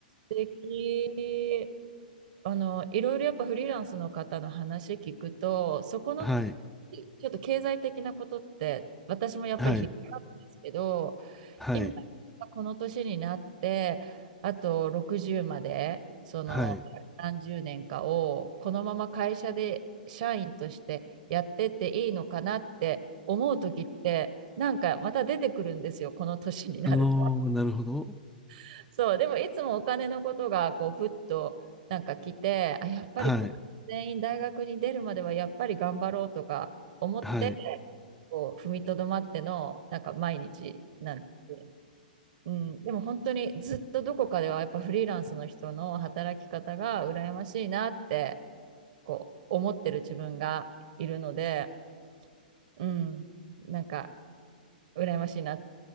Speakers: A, on the right; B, in the centre.
A: 素敵。あの、いろいろやっぱフリーランスの方の話聞くと、そこの
B: はい。
A: ちょっと経済的なことって私もやっぱり引っかかるんですけど、
B: はい。はい。
A: 今、この年になって、あと60まで、その何十年かを、
B: はい。
A: このまま会社で社員としてやってっていいのかなって思う時って、なんかまた出てくるんですよ、この年になると。
B: あのーなるほど。
A: <laughs> そう、でもいつもお金のことが、こう、ふっとなんか来て、あ、やっぱりこれ全員大学に出るまではやっぱり頑張ろうとか思って、
B: はい。はい。
A: こう踏みとどまっての、なんか毎日なんです。うん、でも本当にずっとどこかではやっぱフリーランスの人の働き方が羨ましいなってこう思ってる自分がいるので、うん、なんか羨ましいな